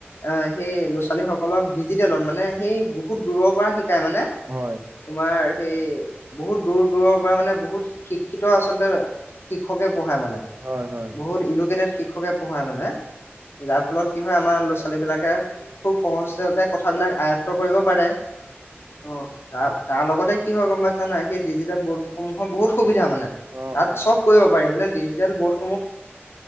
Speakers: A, on the left; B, on the right.
A: অ', সেই ছোৱালী সকলক ডিজিটেলত মানে সেই বহুত দূৰৰ পৰা শিকাই মানে
B: হয়।
A: তোমাৰ সেইয়ে। বহুত দূৰ দূৰৰ পৰা মানে বহুত শিক্ষিত আচলতে শিক্ষকে পঢ়ায় মানে।
B: হয় হয়
A: বহুত ইডুকেটেড শিক্ষা শিক্ষককে পঢ়াই মানে। যাৰ ফলত কি হয় আমাৰ ল'ৰা ছোৱালী বিলাকে খুব সহজতে কথাবিলাক আয়ত্ব কৰিব পাৰে। অ', তাৰ তাৰ লগতে কি হয় গম পাইছা নাই সেই ডিজিটেল বৰ্ড সমূহৰ বহুত সুবিধা মানে
B: অ
A: তাত
B: অ
A: চব কৰিব পাৰি মানে ডিজিটেল বৰ্ড